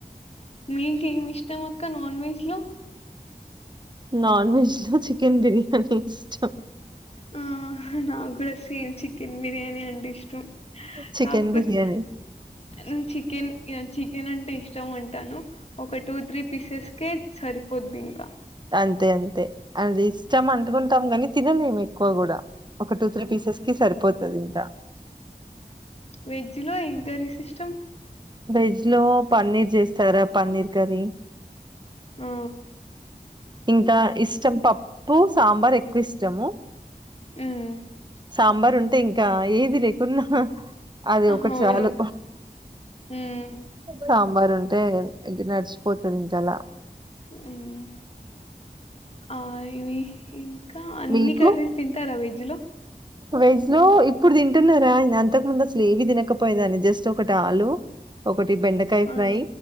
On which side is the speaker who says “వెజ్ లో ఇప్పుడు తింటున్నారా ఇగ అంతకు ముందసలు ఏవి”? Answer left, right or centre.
Right